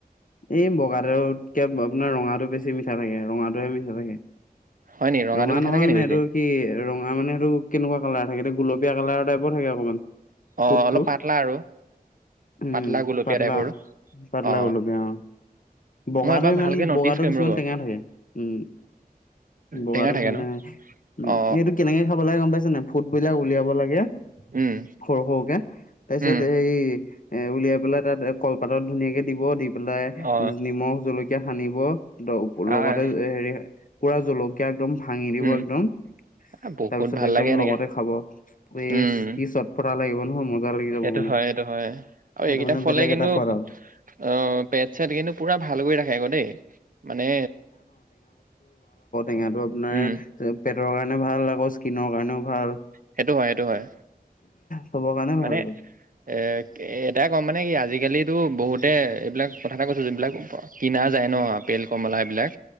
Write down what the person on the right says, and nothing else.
হয় নি ৰঙাটো
মিঠা
থাকে
নি বেছি
অ
অলপ পাতলা আৰু
পাতলা গুলপীয়া
টাইপৰ
অ
মই এবাৰ
ভালকে নটিচ
কৰিম
ৰ'ব
টেঙা থাকে
ন
অ
উম
উম
অ
আহ
উম
আ, বহুত
ভাল
লাগে এনেকে
উম
সেইটো
হয় সেইটো হয় আৰু
এইকেইটা
ফলে
কিন্তু
অ অ পেট চেট কিন্তু পুৰা ভাল কৰি ৰাখে আকৌ দেই মানে
উম
সেইটো হয় সেইটো হয়
মানে
এ এটাই ক'ম মানে কি আজিকালিতো বহুতে এইবিলাক কথা এটা কৈছো যোনবিলাক কিনা যায় ন তেল কমলা বিলাক